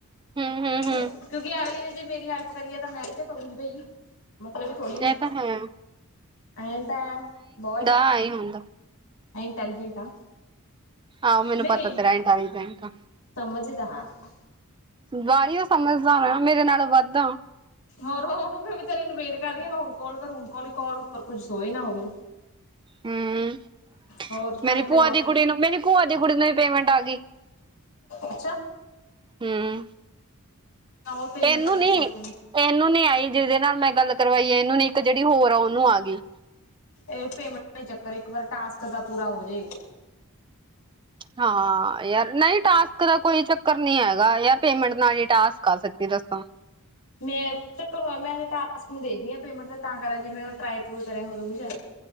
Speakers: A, on the right; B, on the left.
A: ਹਮ ਹਮ
B: ਹੁਣ
A: ਹਮ
B: ਕਿਉਂਕਿ ਅਗਲੀ ਨੇ ਜੇ ਮੇਰੀ ਹੈਲਪ ਕਰੀਏ ਤਾਂ ਮੈਂ ਵੀ ਤਾਂ ਕਰੂੰਗੀ ਬਈ। ਮਤਲਬੀ ਥੋੜੀ ਨਾ,
A: ਇਹ ਤਾਂ ਹੈ
B: ਐ ਤਾਂ ਬਹ
A: ਹਾਂ ਈਂ ਹੁੰਦਾ।
B: ਇੰਟੈਲੀਜੈਂਟ ਆ।
A: ਆਓ ਮੈਨੂੰ
B: ਨਹੀਂ
A: ਪਤਾ ਤੇਰਾ ਇਨਟੈਲੀਜੈਂਟ।
B: ਸਮਝਦਾਰ ਆਂ।
A: ਬਾਲੀ਼ਓ ਸਮਝਦਾਰ ਆਂ ਮੇਰੇ ਨਾਲੋ ਵੱਧ ਆਂ।
B: ਹੋਰ ਹੋਨੂੰ ਮੈਂ ਵਿਚਾਰੀ ਨੂੰ ਵੇਟ ਕਰ ਰਈਂ ਆਂ ਮੈਂ ਹੁਣ ਕੌਲ ਕਰੂਂ ਕੋਲ ਉੱਪਰ ਕੁੱਝ ਸੋਈ ਨਾ ਹੋਵੇ।
A: ਹੂੰ,
B: ਹੋਰ ਤਾਂ
A: ਮੇਰੀ
B: ਹੀ
A: ਭੂਆ
B: ਤੈਨੂੰ
A: ਦੀ ਕੁੜੀ ਨੂੰ ਮੇਰੀ ਭੂਆ ਦੀ ਕੁੜੀ ਨੂੰ ਵੀ ਪੇਮੈਂਟ ਆਗੀ।
B: ਅੱਛਾ।
A: ਹੂੰ,
B: ਉਹ ਪੇਮੈਂਟ
A: ਤੇਨੂੰ
B: ਤਾਂ ਫਿਰ
A: ਨੀ।
B: ਸੋਚਣੀ
A: ਤੇਂਨੂੰ ਨੀ ਆਈ ਜਿਦੇ ਨਾਲ ਮੈਂ ਗੱਲ ਕਰਵਾਈਏ ਇਹਨੂੰ ਨੀ ਇੱਕ ਜਿਹੜੀ ਹੋਰ ਆ ਉਹਨੂੰ ਆ ਗੀ।
B: ਇਹ ਪੇਮੇਂਟ ਚੱਕਰ ਇੱਕ ਵਾਰ ਟਾਸਕ ਦਾ ਪੂਰਾ ਹੋਜੇ।
A: ਹਾਂ, ਯਾਰ ਨਹੀਂ ਤਾਂ ਦਾ ਕੋਈ ਚੱਕਰ ਨੀ ਹੈਗਾ ਯਾਰ ਪੇਮੇਂਟ ਨਾਲ ਹੀ ਟਾਸਕ ਆ ਸੱਚੀ ਦੱਸਾਂ।
B: ਮੈਂ ਚੱਕਰ ਮੈਂ ਟਾਸਕ ਨੂੰ ਦੇਖਦੀ ਆਂ ਪੇਮੈਂਟ ਤਾਂ ਕਰਕੇ ਜੇ ਮੈਂ ਟਰਾਏ ਟ੍ਰੁਏ ਕਰਿਆ ਹੋਵੇਗਾ।